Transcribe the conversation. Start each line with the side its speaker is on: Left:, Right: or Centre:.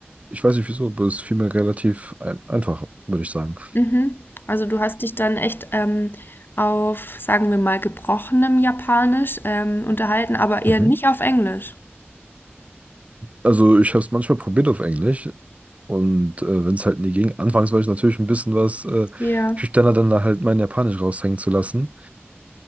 Right: ich weiß nicht wieso, aber es fiel mir relativ ein einfach, würde ich sagen.
Left: Mhm. Also du hast dich dann echt ähm, auf, sagen wir mal, gebrochenem Japanisch ähm, unterhalten, aber eher
Right: Mhm.
Left: nicht auf Englisch.
Right: Also ich habe es manchmal probiert auf Englisch und äh, wenn es halt nie ging, anfangs war ich natürlich ein bisschen was äh,
Left: Ja.
Right: schüchterner, dann da halt mein Japanisch raushängen zu lassen.